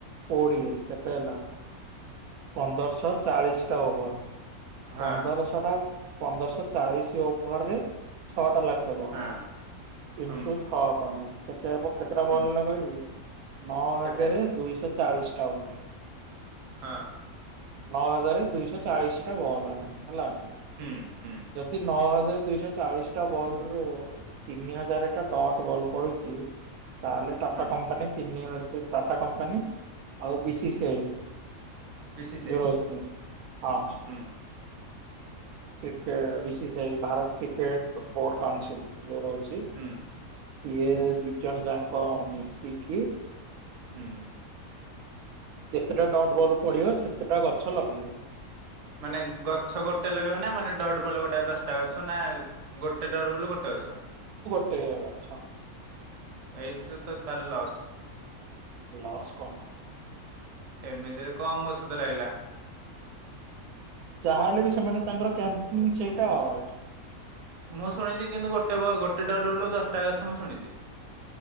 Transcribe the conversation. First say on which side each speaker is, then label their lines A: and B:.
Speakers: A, on the right; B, on the right.
A: କୋଡ଼ିଏ କେତେ ହେଲା। ପନ୍ଦରଶହ ଚାଳିଶ ଟା ଓଭର
B: ହଁ
A: ପନ୍ଦରଶହ ଟା ପନ୍ଦରଶହ ଚାଳିଶ ଓଭର ରେ ଛଅଟା ଲଖ ତେବନ
B: ହଁ
A: ଇଣ୍ଟୁ
B: ହୁଁ
A: ଛଅ କରେ କେତେ ହବ କେତେଟା
B: ହୁଁ
A: ବଲ ହେଲା କହିବି ଆ
B: କେତେ
A: ଜାରେ ଦୁଇଶହ ଚାଳିଶ ଟା ବଲ୍।
B: ହଁ।
A: ନଅ ହଜାର ଦୁଇଶହ ଚାଳିଶ ଟା ବଲ ହେଲା ହେଲା
B: ହୁଁ ହୁଁ
A: ଯଦି ନଅ ହଜାର ଦୁଇଶହ ଚାଳିଶ ଟା ବଲ ରୁ ତିନି ହଜାର ଟା ଡଟ ବଲ୍ ପଡୁଚି ତାହେଲେ ଟାଟା
B: ହୁଁ
A: କମ୍ପାନୀ ତିନିଣ ଟାଟା କମ୍ପାନୀ ଆଉ ବି ସି ସି ଆଇ
B: ବିଶି ସାଇ
A: ଯୋଉ ଅଛି ହଁ।
B: ହୁଁ
A: cricket BCCI Bharat cricket board council ଯେଉ ଛି
B: ହୁଁ
A: ସିଏ ଦିଇ ଜଣ ଯାଙ୍କ ମିଶିକି
B: ହୁଁ।
A: ଯେତେଟା ଡଡ ବଲ ପଡିବ ସେତେଟା ଗଛ ଲଗେଇବେ
B: ମାନେ ଗଛ ଗୋଟେ ଲଗେଇବ ନା ମା ଡଡବଲ ଗୋଟେ ଦଶଟା ଅଛ ନା ଗୋଟେ ଡ ବଲ ଗୋଟେ ଅଛ
A: ହେଇଗଲା ଛଅ।
B: ଏଇ ଦ ଦ ତାର ଲସ୍
A: ଲସ୍ କଣ?
B: ଏମିତିରେ କମ୍ ଗଛ ତ ଲାଗିଲା।
A: ଯାହାହେଲେ ବି ସେମାନେ ତାଙ୍କର କ୍ୟାମ୍ପି ସେଇଟା ଆ
B: ମୁଁ ଶୁଣିଚି କିନ୍ତୁ ଗୋଟେ ଗୋଟେ ଡ ଡବଲୁ ଦଶଟା ଗଛ ମୁଁ ଶୁଣିଚି।